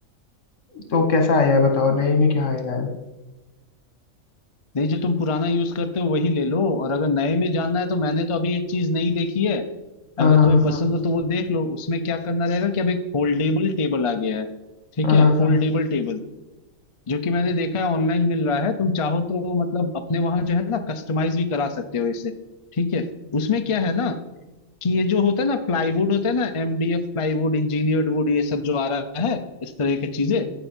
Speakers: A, on the left (about 60°); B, on the left (about 35°).
A: तो कैसा आया है बताओ नए में क्या आया है
B: नहीं जो तुम पुराना यूज करते हो वही ले लो और अगर नए में जानना है तो मैंने तो अभी एक चीज नहीं देखी है
A: हाँ
B: अगर
A: हाँ
B: तुम्हें पसंद
A: हाँ
B: हो तो वो देख लो उसमें क्या करना रहेगा कि अब एक फोल्डेबल टेबल आ गया है ठीक
A: हाँ
B: है
A: हाँ हाँ
B: फोल्डेबल टेबल जो कि मैंने देखा है ऑनलाइन मिल रहा है तुम चाहो तो मतलब अपने वहां जो है ना कस्टमाइज भी करा सकते हो इसे ठीक है उसमें क्या है ना कि ये जो होता है ना प्लाईवुड होता है ना एमडीएफ प्लाईवुड इंजीनियर्ड वुड ये सब जो आ रहा है इस तरह की चीजें